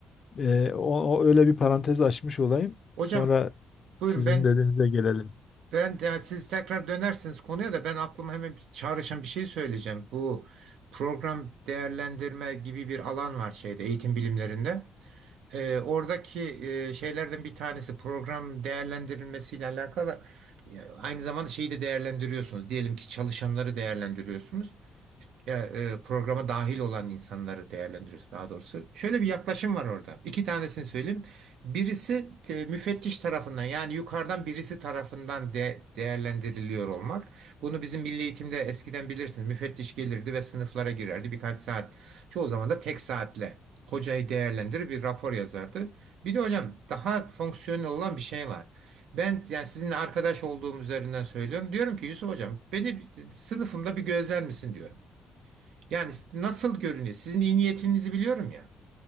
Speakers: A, on the left (about 45°); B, on the right (about 80°).
A: E, o, o öyle bir parantez açmış olayım.
B: Hocam
A: Sonra
B: buyurun
A: sizin
B: ben
A: dediğinize gelelim.
B: ben de- siz tekrar dönersiniz konuya da ben aklıma hemen bir çağrışan bir şey söyleyeceğim. Bu program değerlendirme gibi bir alan var şeyde eğitim bilimlerinde. Ee, oradaki e, şeylerden bir tanesi program değerlendirilmesiyle alakalı e, aynı zamanda şeyi de değerlendiriyorsunuz. Diyelim ki çalışanları değerlendiriyorsunuz ya, e, programa dahil olan insanları değerlendiriyoruz daha doğrusu. Şöyle bir yaklaşım var orada. İki tanesini söyleyeyim. Birisi e, müfettiş tarafından yani yukarıdan birisi tarafından de, değerlendiriliyor olmak. Bunu bizim milli eğitimde eskiden bilirsiniz. Müfettiş gelirdi ve sınıflara girerdi birkaç saat. Çoğu zaman da tek saatle. Hocayı değerlendirir bir rapor yazardı. Bir de hocam daha fonksiyonel olan bir şey var. Ben yani sizinle arkadaş olduğum üzerinden söylüyorum. Diyorum ki Yusuf hocam beni sınıfımda bir gözler misin diyorum. Yani nasıl görünüyor? Sizin iyi niyetinizi biliyorum ya.